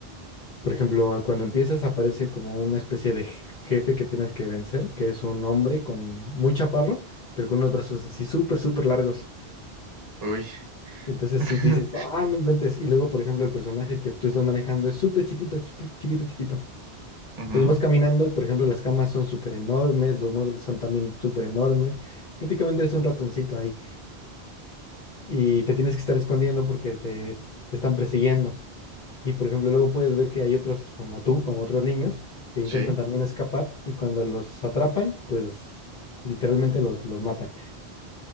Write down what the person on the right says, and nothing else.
Uy.
<laughs>
ujú,
Sí.